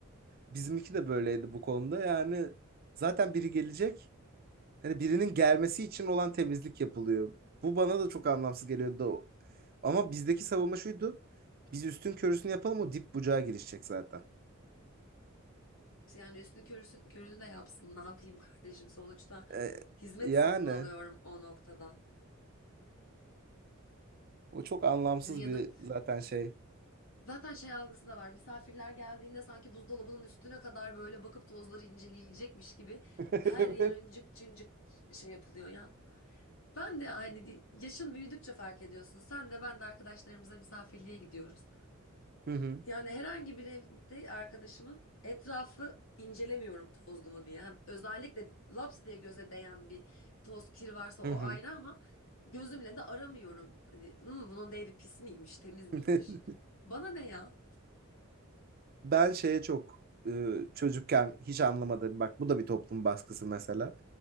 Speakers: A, on the right (about 45°); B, on the left (about 70°).
A: bizimki de böyleydi bu konuda. Yani zaten biri gelecek. Hani birinin gelmesi için olan temizlik yapılıyor. Bu bana da çok anlamsız geliyordu. Ama bizdeki savunma şuydu. Biz üstün körüsünü yapalım o dip bucağa girişecek zaten.
B: Yani üstün körüsü- körünü de yapsın. Ne yapayım kardeşim? Sonuçta
A: E,
B: hizmet
A: yani
B: satın alıyorum o noktada.
A: o çok anlamsız
B: Yani ya
A: bir
B: da
A: zaten şey.
B: zaten şey algısı da var. Misafirler geldiğinde sanki buzdolabının üstüne kadar böyle bakıp tozları inceleyecekmiş gibi
A: <laughs>
B: her
A: Evet.
B: yer öncük cıncık şey yapılıyor ya. Ben de yani yaşın büyüdükçe fark ediyorsun. Sen de ben de arkadaşlarımıza misafirliğe gidiyoruz.
A: Hı hı.
B: Yani herhangi bir evde arkadaşımın etrafı incelemiyorum tozlu mu diye. Hem özellikle laps diye göze değen bir toz kir varsa
A: Hı
B: o ayrı ama gözümle de aramıyorum. Hani, "Hmm, bunun da evi pis miymiş, temiz miymiş?
A: hı. <laughs>
B: Bana ne ya?
A: Ben şeye çok e, çocukken hiç anlamadım. Bak bu da bir toplum baskısı mesela.